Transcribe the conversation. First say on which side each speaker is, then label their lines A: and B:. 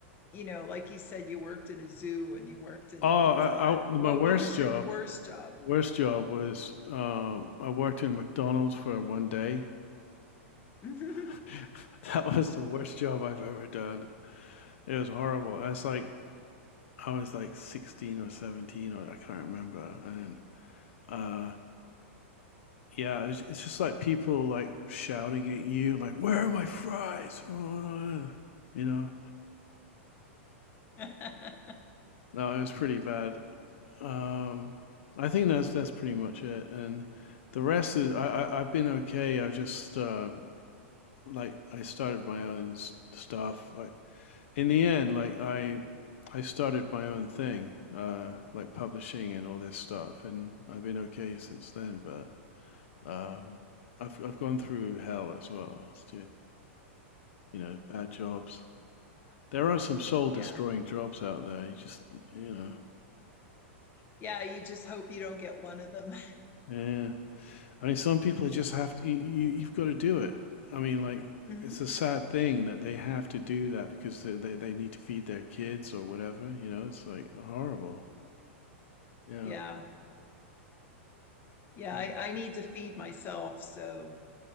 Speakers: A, on the left; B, on the left.
A: you know, like you said, you worked in a zoo and you worked in
B: Oh,
A: Pizza
B: I,
A: Hut.
B: I, my
A: What
B: worst
A: what was
B: job,
A: your worst job?
B: worst job was um, I worked in McDonald's for one day.
A: <laughs>
B: <laughs> That was the worst job I've ever done. It was horrible. I was like, I was like 16 or 17 or I can't remember. And uh, yeah, it's, it's just like people like shouting at you, like, "Where are my fries?" <laughs> You know.
A: hmm
B: No, it was pretty bad. Um, I think that's that's pretty much it, and the rest is I, I I've been okay. I've just uh, like I started my own s- stuff. I, in the end, like I I started my own thing, uh, like publishing and all this stuff, and I've been okay since then. But um, I've I've gone through hell as well. It's you know, bad jobs. There are some soul
A: Yeah.
B: destroying jobs out there. You just you know,
A: Yeah. You just hope you don't get one of them.
B: yeah. I mean, some people just have to. You, you, you've got to do it. I mean, like
A: <laughs> hmm
B: it's a sad thing that they have to do that because they, they they need to feed their kids or whatever. You know, it's like horrible. Yeah.
A: Yeah. Yeah.
B: Mm.
A: I, I need to feed myself. So